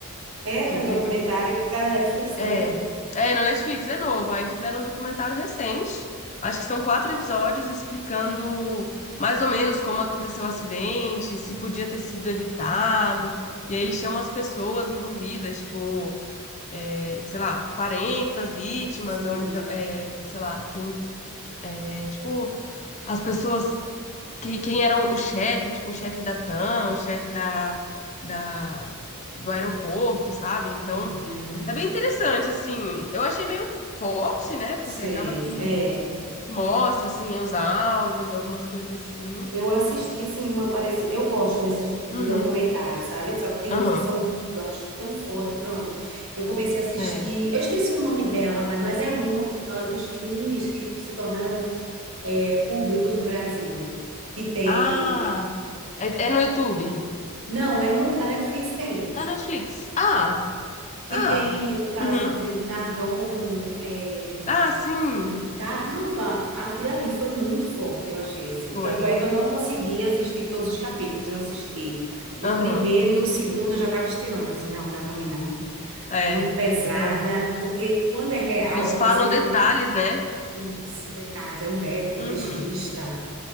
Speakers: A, on the right (about 65°); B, on the left (about 30°).
A: É,
B: que
A: tem
B: teve.
A: um documentário. Tá na Netflix também?
B: É, é, na Netflix, é novo. Aí fizeram um documentário recente. Acho que são quatro episódios explicando mais ou menos como aconteceu o acidente, se podia ter sido evitado. E aí eles chamam as pessoas envolvidas, tipo é, sei lá, parentes das vítimas,
A: sim.
B: ou então, é, sei lá, quem, é, tipo, as pessoas, que, quem eram o chefe, tipo, o chefe da TAM, o chefe da, da, do aeroporto, sabe? Então,
A: Uhum.
B: é bem interessante, assim, eu achei meio forte, né? Porque
A: Sei.
B: acaba que
A: É.
B: mostra, assim, é os áudios, algumas coisas assim.
A: Eu assisti, assim, uma parecida. Eu gosto desses
B: Uhum,
A: de documentários, sabe? Só que tem
B: aham,
A: uns que são, eu acho, tão forte. Pronto, eu comecei a assistir.
B: é.
A: Eu esqueci o nome dela, rapaz, mas é uma que fala dos crimes que se tornaram é, públicos no Brasil. Que tem.
B: Ah, é, é no YouTube?
A: Não, é no, na Netflix tem.
B: Na Netflix. Ah,
A: Que
B: ah,
A: tem o caso
B: uhum.
A: de Nardoni, é,
B: Ah, sim,
A: Caramba, aquilo ali foi muito forte, eu achei assim.
B: foi.
A: Tanto é que eu não consegui assistir todos os capítulos. Eu assisti o
B: Aham.
A: primeiro, no segundo eu já estava estilando assim, não, não dá para mim não.
B: É,
A: Muito pesada,
B: é.
A: porque quando é real
B: Eles falam
A: você fica.
B: detalhes, né?
A: Isso, detalhes, é o médico,
B: Uhum.
A: o legista,